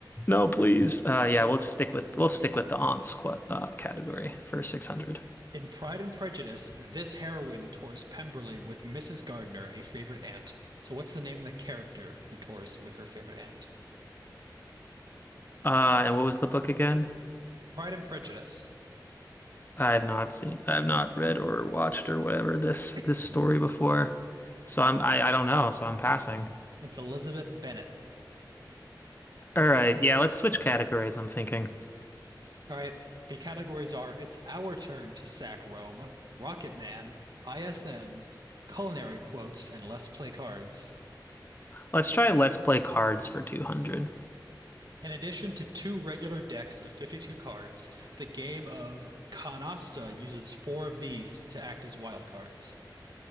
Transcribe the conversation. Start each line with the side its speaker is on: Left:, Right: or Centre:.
Left: No, please. Uh, yeah, we'll stick with we'll stick with the aunts qu uh, category for 600.
Right: In Pride and Prejudice, this heroine tours Pemberley with Mrs. Gardner, a favorite aunt. So, what's the name of the character who tours with her favorite aunt?
Left: Uh, and what was the book again?
Right: Pride and Prejudice.
Left: I have not seen, I have not read or watched or whatever this
Right: <laughs>
Left: this story before. So I'm I, I don't know, so I'm passing.
Right: It's Elizabeth Bennet.
Left: All right, yeah, let's switch categories, I'm thinking.
Right: All right. The categories are It's Our Turn to Sack Rome, Rocket Man, ISMs, Culinary Quotes, and Let's Play Cards.
Left: Let's try Let's Play Cards for 200.
Right: In addition to two regular decks of 52 cards, the game of Canasta uses four of these to act as wild cards.